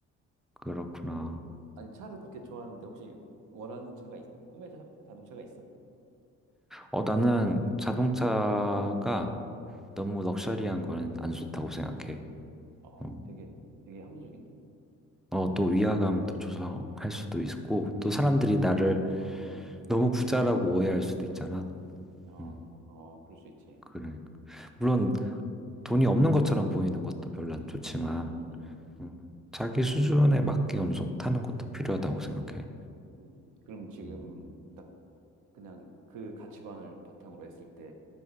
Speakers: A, in the centre; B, on the right (about 80°).
A: 그렇구나.
B: 아니, 차를 그렇게 좋아하는데 혹시 원하는 차가, 있, 꿈의 자, 동차가 있어?
A: 어, 나는 자동차가 너무 럭셔리한 거는 안 좋다고 생각해.
B: 어,
A: 음.
B: 되게, 되게 합리적인데?
A: 어, 또 위화감도 조성할 수도 있고, 또
B: 어,
A: 사람들이 나를
B: 음, 음.
A: 너무 부자라고 오해할 수도 있잖아.
B: 아,
A: 음,
B: 어, 그럴 수 있지.
A: 그래. 물론 돈이 없는 것처럼 보이는 것도 별로 안 좋지만,
B: 음, 음,
A: 음, 자기 수준에 맞게 어느 정도 타는 것도 필요하다고 생각해.
B: 음. 그럼 지금
A: 음,
B: 딱 그냥 그 가치관을 바탕으로 했을 때